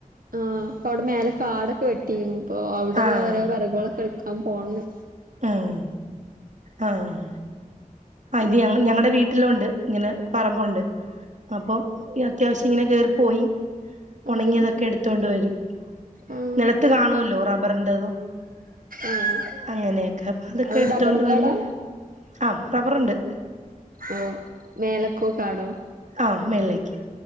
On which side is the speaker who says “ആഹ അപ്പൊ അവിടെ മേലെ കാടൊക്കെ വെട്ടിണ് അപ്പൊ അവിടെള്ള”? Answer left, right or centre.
Right